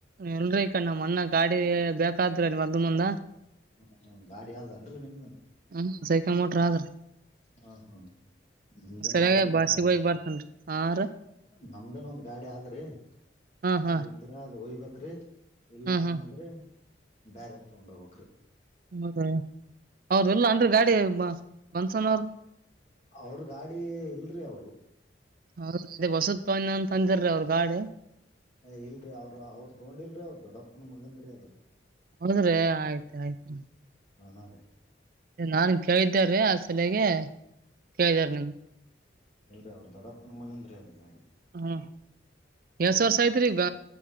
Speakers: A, on the right; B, on the left.
A: ಎಲ್ರೀ ಈಕ ನಮ್ಮ್ ಅಣ ಗಾಡಿ ಬೇಕಾದರಿ ನೀ ಮದ್ದ ಮುಂದ.
B: ಹ್ಮ್ ಹ್ಮ್ ಗಾಡಿ ಆದನ್ರಿ ನಿಮ್ದನ್
A: ಹ್ಮ ಸೈಕಲ್ ಮೋಟರ್ ಆದ್ರ.
B: ಹಾ ಹಾ ನಿಮ್ದನ್
A: ಸರಿಯಾಗಿ
B: ಆದ್ರಿ
A: ಬಸ್ಸಿಗೆ
B: ಒಂದು ಗಾಡಿ.
A: ಹೋಗಿ ಬರ್ತೇನ್ರಿ ಹಾ ರೀ
B: ನಮ್ದನ ಒಂದ್ ಗಾಡಿ ಆದ್ರಿ
A: ಹಾ
B: ಕಖಾಲಿದ್ರ
A: ಹಾ
B: ಅದು ಒಯ್ಬೇಕ. ಕ್ರಿ ಇಲ್ಕ್ಕ
A: ಹ್ಮ್ ಹ್ಮ್
B: ಏನಾದ್ರೆ ಬ್ಯಾರೆ ತಗೊಂಡ ಹೋಗಕ್ರಿ.
A: ಹೌದ ಅವ್ರ ಎಲ್ಲ ಅನ್ರಿ ಗಾಡಿ ಬನ್ಸನ ಅವ್ರ.
B: ಅವ್ರ ಗಾಡಿ ಇಲ್ರಿ ಅವರು.
A: ಹೌದ ಅ ಹೊಸತ್ನ್ ಅಂತ ಅಂದರೀ ಅವ್ರ ಗಾಡಿ.
B: ಏ ಇಲ್ರಿ ಅವ್ರು ಅವ್ರ ತಗೊಂಡಿಲ್ರಿ ಅವ್ರ ದೊಡ್ಡಪ್ಪನ ಮಗಂದ್ರ ಅದ.
A: ಹೌದ್ರೆ ಆಯ್ತ್ ಆಯ್ತ್.
B: ಹ ರೀ.
A: ನಾನ್ ಕೇಳಿದ್ದಾರೀ ಆ ಸಲಗೆ ಕೇಳಿದಾರ ನನ್ಗೆ.
B: ಎಲ್ರಿೀ ಅವ್ರ ದೊಡಪ್ಪನ ಮಗಂದ್ರೀ ಅದು ಗಾಡಿ.
A: ಹ್ಮ ಎಳ್ಸ
B: ಹಾ
A: ವರ್ಷ
B: ರೀ
A: ಐತ್ರಿೀಗ